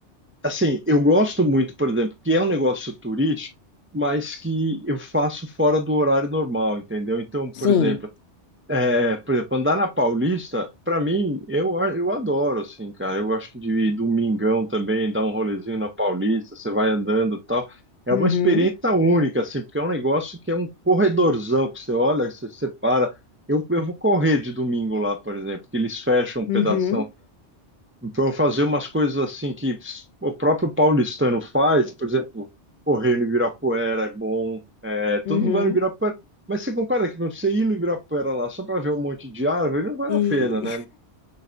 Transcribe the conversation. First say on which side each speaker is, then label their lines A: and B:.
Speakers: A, on the right; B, on the left.
A: assim, eu gosto muito, por exemplo, que é um negócio turístico, mas que eu faço fora do horário normal, entendeu? Então, por
B: Sim.
A: exemplo, É, por exemplo, andar na Paulista, pra mim, eu, a- eu adoro, assim, cara. Eu acho que de domingão também, dar um rolezinho na Paulista, você vai andando e tal. É
B: Uhum.
A: uma experiência única, assim, porque é um negócio que é um corredorzão que você olha, você, você para. Eu, eu vou correr de domingo lá, por exemplo, que eles fecham um pedaço
B: Uhum.
A: então, fazer umas coisas assim que o próprio paulistano faz, por exemplo, correr no Ibirapuera é bom, é, todo
B: Uhum.
A: mundo vai no Ibirapuera. Mas você concorda que pra você ir no Ibirapuera lá só para ver um monte de árvore não vale
B: E
A: a pena, né?